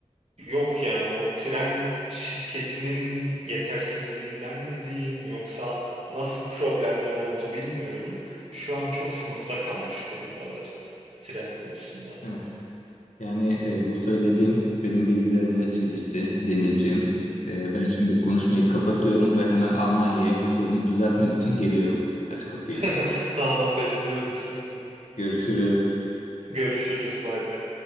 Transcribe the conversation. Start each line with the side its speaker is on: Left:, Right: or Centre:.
Right: Yok yani o tren şirketinin yetersizliğinden mi diyeyim yoksa nasıl problemler oldu bilmiyorum. Şu an çok sınıfta kalmış durumdalar tren konusunda.
Left: evet yani e, bu söylediğin benim bilgilerimle çelişti Denizciğim. E, ben şimdi konuşmayı kapatıyorum ve hemen Almanya'ya bu sorunu düzeltmek için geliyorum. Aç kapıyı.
Right: <laughs> Tamam bekliyorum seni.
Left: Görüşürüz.
Right: Görüşürüz bay bay.